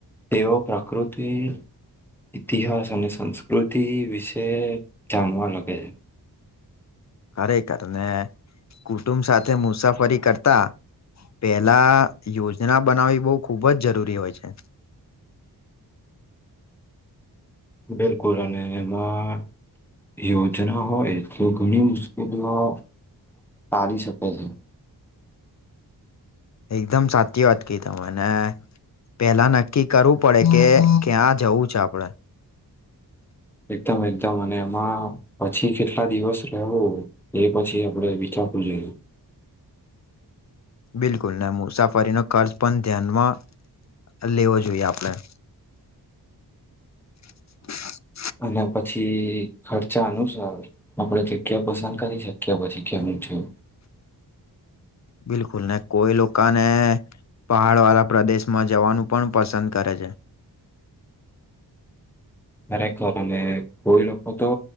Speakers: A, in the centre; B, on the left (about 45°).
A: તેઓ પ્રકૃતિ ઇતિહાસ અને સંસ્કૃતિ વિશે જાણવા લાગે છે.
B: ખરેખર ને કુટુંબ સાથે મુસાફરી કરતા પેલા યોજના બનાવી બહુ ખૂબ જ જરૂરી હોય છે.
A: બિલકુલ અને એમાં યોજના હોય તો ઘણી મુશ્કેલી ચાલી શકે છે.
B: એકદમ સાચી વાત કઈ તમે પેલા નક્કી કરવું પડે કે ક્યાં જવું છે આપડે.
A: એકદમ એકદમ અને એમાં પછી કેટલા દિવસ રહેવો એ પછી આપડે વિચાર <unintelligible>
B: બિલકુલ ના મુસાફરીનો કર્જ પણ ધ્યાનમાં લેવો જોઈએ આપણે. <inaudible>
A: અને પછી ખર્ચા અનુસાર આપડ જે ક્યા પસંદ કરી શકીએ પછી કેમ જો
B: બિલકુલ ન કોઈ લોકોને પહાડવાળા પ્રદેશમાં જવાનું પણ પસંદ કરે છે.
A: ખરેખર અને કોઈ લોકો તો